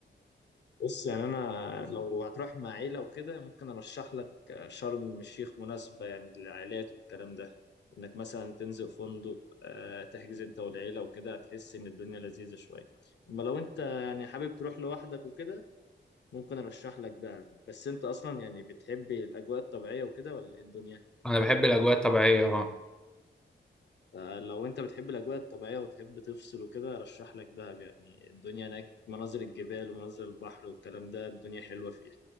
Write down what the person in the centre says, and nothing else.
انا بحب الاجواء الطبيعية اه